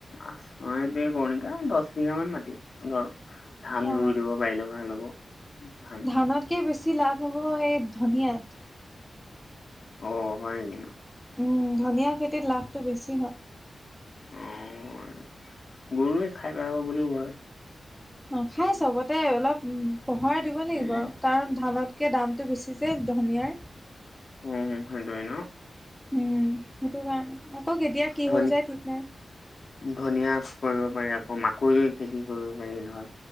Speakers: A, on the left (about 55°); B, in the centre.
A: আ অ এইটোৱে কৰো নেকি দশ বিঘামান মাটি ধৰ ধান
B: অ
A: ৰুই দিব পাৰিলো ভাল হব। ধান
B: ধানতকে বেছি লাভ হ'ব এই ধনিয়াত।
A: অ হয় নেকি
B: উম ধনিয়া খেতিত লাভটো বেছি হয়।
A: অ গৰুৱে খাই পেলাব বুলিও ভয়।
B: নাখায় চবতে অলপ পহৰা দিব লাগিব
A: উম
B: আৰু কাৰণ ধালত কে দামটো বেছি যে ধনিয়াৰ।
A: উম হম সেইটোৱে ন
B: উম সেইটো কাৰণে আকৌ কেতিয়া কি
A: ধনী
B: হৈ যায় ঠিক নাই?
A: ধনিয়া কৰিব পাৰি আকৌ মাকৈ খেতি কৰিব পাৰি ধৰ।